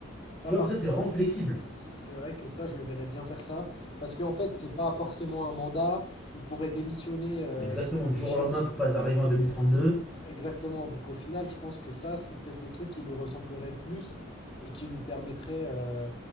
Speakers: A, on the left; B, in the centre.
A: Ça
B: Tu
A: par
B: vois, ça
A: contre,
B: c'est vraiment
A: c'est
B: flexible.
A: vrai que ça, je le verrais bien faire ça parce qu'en fait, c'est pas forcément un mandat, il pourrait démissionner euh,
B: Exactement,
A: s'il y a
B: du
A: une
B: jour
A: échéance.
B: au lendemain pour pas arriver en 2032.
A: Exactement. Donc au final, je pense que ça, c'est peut-être le truc qui lui ressemblerait le plus et qui lui permettrait euh,